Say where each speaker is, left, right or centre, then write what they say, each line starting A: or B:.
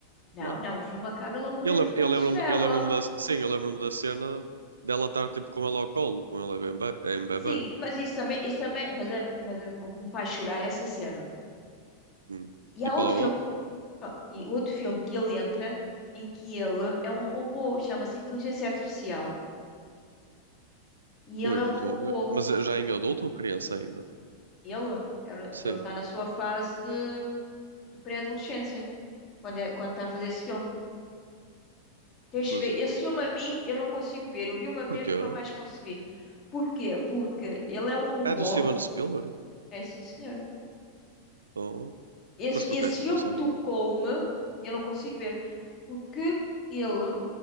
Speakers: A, on the left (about 30°); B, on the right (about 75°).
A: não,
B: Não.
A: não, o filme acaba ele a morrer
B: Eu lembro,
A: nos braços
B: eu lembro-me,
A: dela.
B: eu lembro-me da, sim, eu lembro-me da cena dela estar tipo com ele ao colo, com ele é bem bebê. Em bebê.
A: Sim, e- mas isso também, isso também, mas, é- mas é- o que me faz chorar é essa cena.
B: Hum.
A: E
B: E
A: há
B: qual
A: outro
B: é o
A: filme,
B: outro?
A: ah, e outro filme que ele entra em que ele é um robô, chama-se Inteligência Artificial. E
B: Ui,
A: ele
B: não
A: é um
B: estou
A: robô.
B: a ver. Mas é já em adulto ou criança ainda?
A: Ele, ele,
B: Sim.
A: ele está na sua fase de, de pré-adolescência, quando, é, quando está a fazer esse filme. Tens
B: Intelig-
A: que ver. Esse filme a mim, eu não consigo ver. Eu vi uma vez,
B: Porquê?
A: nunca mais consegui. Porquê? Porque ele é um robô.
B: É do Steven Spielberg?
A: É sim, senhora.
B: Oh.
A: Esse,
B: Mas porquê
A: esse
B: é que
A: filme
B: não consegues
A: tocou-me,
B: ver?
A: eu não consigo ver, porque ele